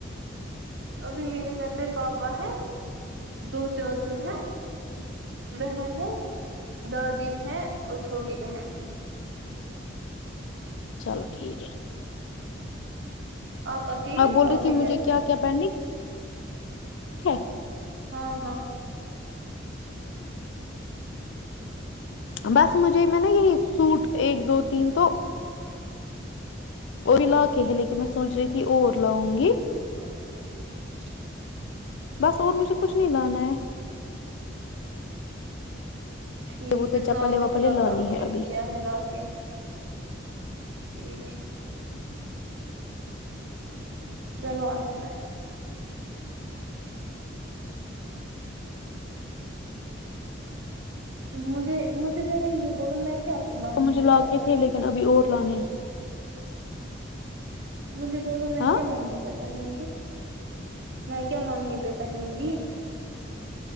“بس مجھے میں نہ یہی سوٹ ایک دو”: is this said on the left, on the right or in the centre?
Left